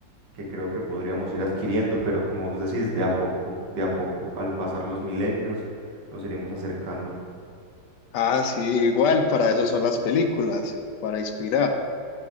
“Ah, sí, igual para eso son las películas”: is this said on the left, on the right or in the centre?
Left